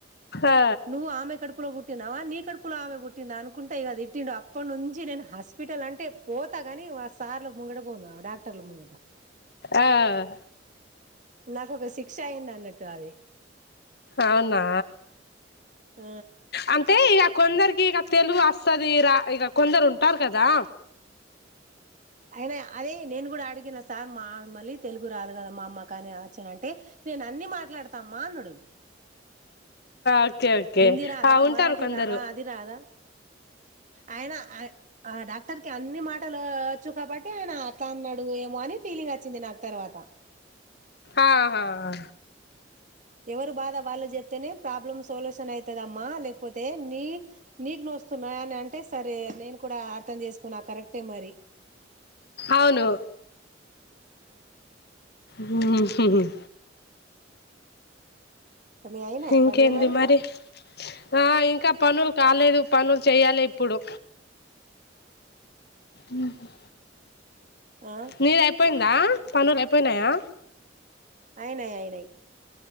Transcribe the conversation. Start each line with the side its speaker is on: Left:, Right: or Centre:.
Left: ఆ
Right: నువవు ఆమె కడుపులో బుట్టి నవా నీ కడుపులో ఆమె బుట్ ట్టింద అనుకుంటే ఇక తిట్టిడు అప్పటినుంచి నేను హాస్పిటల్ అంటే పోతాగాని ఆ సార్ ముంగడిపోను డాక్టర్లు ముట
Left: ఆ
Right: నాకు ఒక శిక్ష అయిది అన్నట్టు అది
Left: అవునా
Right: ఆ
Left: అంటే ఇక కొందరికి ఇక తెలుగు వస్తది రా ఇక కొందరు ఉంటారు కదా
Right: అయినా అదే నేను కూడా అడిగిన సార్ మా మళ్ళీ తెలుగు రాదు కదా మా అమ్మ కాని ఆచ్చన అంటే నేను అన్ని మాట్లాడతా అమ్మా అ నుడు
Left: ఓకే ఓకే
Right: హిందీ రాదా
Left: ఆ ఉంటారు
Right: మరాఠీ
Left: కొందరు
Right: రాదా అది రాదా ఆయన ఆ డాక్టర్కి అన్ని మాటలు చ్చు కాబట్టి ఆయన అత అన్నాడు ఏమో అని ఫీలింగ్ వచ్చింది నాకు తర్వాత
Left: అహా
Right: ఎవరు బాధ వాళ్ళు చెప్తేనే ప్రాబ్లమ్ సొల్యూషన్ అవుతుదమ్మా లేకపోతే నీ నీకు ను వస్తున్నాని అంటే సరే నేను కూడా అర్థం చేసుకున్నా కరెక్ట్ అంతే మరి
Left: అవును హమ్మ్
Right: మీ అయినా
Left: ఇంకేంది
Right: పనులు
Left: మరి ఆ ఇంకా పనులు కాలేదు పనులు చేయాలి ఇప్పుడు ఉమ్ హు
Right: ఆ
Left: నీది అయిపోయిందా పనులు అయిపోయినాయా
Right: అయినయి అయినయి